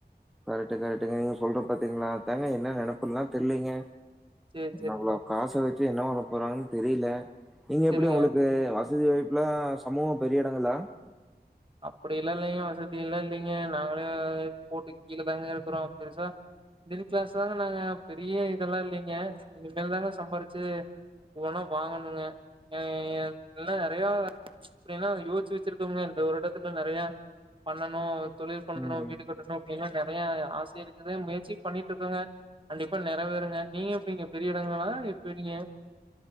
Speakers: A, in the centre; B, on the right.
A: கரெக்ட் கரெக்ட்டுங்க. நீங்க சொல்ற பாத்தீங்களா? அதாங்க என்ன நெனப்புலா தெரியலீங்க
B: சேரி சேரிங்க
A: அவ்வளவு காசை வச்சு என்ன பண்ண போறாங்கன் தெரியல நீங்க
B: சேரிங்க
A: எப்படி உங்களுக்கு து வசதி வாயப்புலா சமூகம் பெரிய எடங்களா
B: அப்படிலா இல்லைங்க வசதிலா இல்லைங்க நாங்களே போட்டு கீழே தாங்க இருக்கிறோ பெருசா மிடில் கிளாஸ் தாங்க நாங்க பெரிய இதெல்லாம் இல்லைங்க இனிமேல் தாங்க சம்பாரிச்சு ஒவ்வன்னா வாங்கணுங்க எ எல்லா நெறைய அப்டின்னா யோசிச்சு வச்சிருக்கோங்க இந்த ஒரு டத்துல நெறைய பண்ணணு தொழில் பண்ணணு
A: ம்.
B: வீடு கட்டணு அப்படின்ல நெறைய ஆசை இருக்குது முயற்சி பண்ணிட்டு இருக்கோங்க கண்டிப்பா நெறைவேறுங்க நீங்க எப்படிங்க பெரிய எடங்களா இப்ப நீங்க